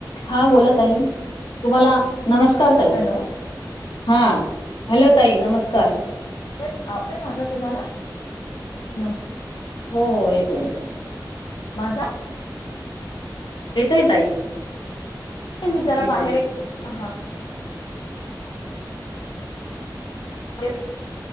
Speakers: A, on the left; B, on the left.
A: हा बोला ताई तुम्हाला नमस्कार ताई
B: हॅलो
A: हा. हॅलो ताई नमस्कार.
B: येतोय येतोय माझा तुम्हाला नम
A: हो हो येतो येतो.
B: माझा.
A: येतोय ताई.
B: मी जरा
A: येतोय
B: बाहेर एक हा. य